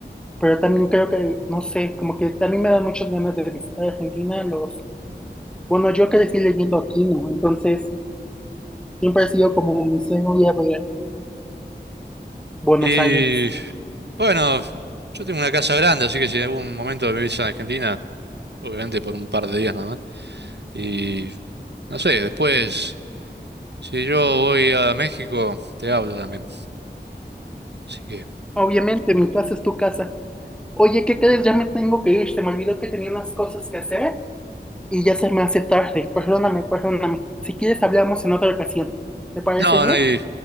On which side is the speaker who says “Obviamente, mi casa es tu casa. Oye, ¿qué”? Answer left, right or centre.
Centre